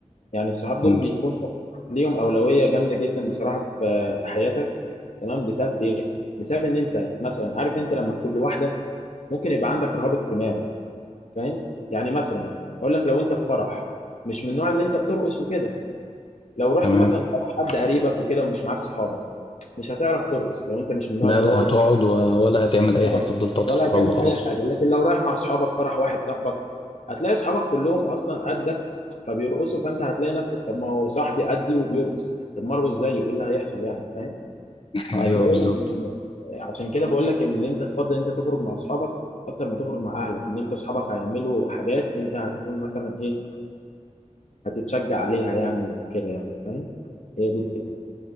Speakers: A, on the left; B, on the left.
A: يعني الصحاب دول
B: قول
A: بيكون ليهم أولوية جامدة جدا بصراحة في في حياتك تمام بسبب ايه بسبب ان انت مثلا عارف انت لما تكون لوحدك ممكن يبقى عندك رهاب اجتماعي فاهم يعني مثلا اقول لك لو انت في فرح مش من النوع اللي انت بترقص وكده لو رحت
B: تمام
A: مثلا فرح حد قريبك وكده ومش معاك صحابك مش هتعرف ترقص لو انت مش من النوع
B: لا
A: اللي
B: لا
A: هو
B: هتقعد و- ولا هتعمل اي
A: آه،
B: حاجة تفضل تقعد
A: ولا
B: تتفرج
A: هتعمل
B: وخلاص
A: اي حاجه لكن لو رايح مع اصحابك فرح واحد صاحبك هتلاقي اصحابك كلهم اصلا قدك فبيرقصوا فانت هتلاقي نفسك طب ما هو صاحبي قدي وبيرقص طب ما ارقص زيه ايه اللي هيحصل يعني فاهم
B: ايوه
A: فهتلاقيهم
B: بالظبط
A: يعني عشان كده بقول لك ان انت تفضل انت تخرج مع اصحابك اكتر ما تخرج مع اهلك ان انت اصحابك هيعملوا حاجات انت هتكون مثلا ايه هتتشجع عليها يعني وكده يعني فاهم هي دي الفكره